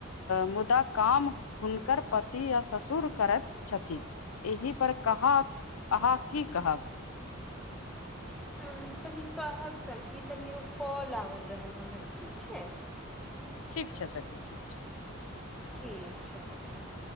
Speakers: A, on the left; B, in the centre.
A: मुदा काम हुनकर पति आ ससुर करैत छथिन एहि पर कहाँ अहाँ की कहब
B: ह तनि कहब सखी तनि ओ कॉल आओल रहल हमर ठीक छै
A: ठीक छै सखी ठीक छै
B: ठीक छै सखि